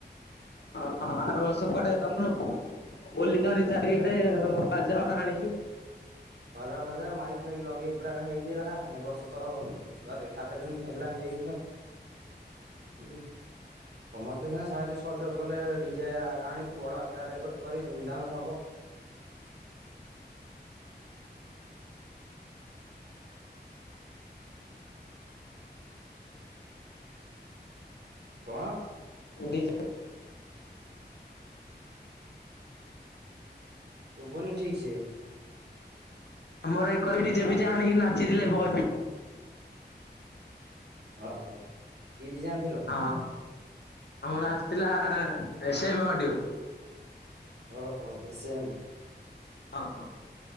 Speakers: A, on the left (about 70°); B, on the right (about 65°).
A: ହଁ ହଁ, ଆର ବର୍ଷ କୁଆଡେ ତମର ବୋଲିଛନ୍ତି ଚାରିଆଡେ ବାଜାବାଣ ଆଣିିକି।
B: ବାଜା ଫାଜା ମାଇକ୍ ଫାଇକ୍ ଲଗେଇ ପୁରା ହେଇଥିଲା ଏ ବର୍ଷ ତ ଛୁଆ ଦେଖାଦେଲେନି ହେଲା ହେଇନି ଆଉ। <unintelligible> ସମସ୍ତେ ସିନା ସାହାଯ୍ୟ ସହଯୋଗ କଲେ, ଡିଜେ ଆ ଆଣିକି ବଡ ଆକାରରେ ଗୋଟେ କରି ଧୁମଧାମ୍ ରେ ହବ। କଣ?
A: ଡିଜି
B: ଶୁଵୁନି ଠିକ୍ ସେ।
A: ଆମର ଏକଡି ଡିଯେ ଫିଜେ ଆଣିକି ନାଚିଥିଲେ ବଏ ଫି
B: ଓହୋ, କି ଡିଜେ ଆନିଥିଲ?
A: ପିଲା ହଁ, ଆମର ଆସିଥିଲା ଏ ସେମ୍ ଅଡିଓ।
B: ଓହୋ ଏସେଏମ୍।
A: ହଁ